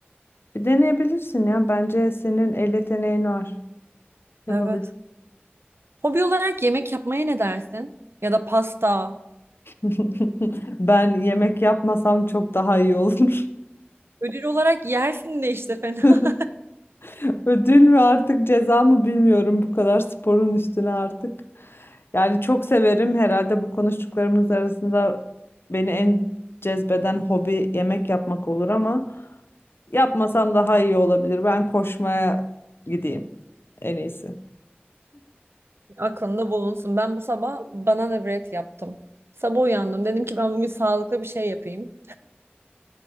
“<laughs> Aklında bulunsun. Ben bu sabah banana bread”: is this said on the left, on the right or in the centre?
Right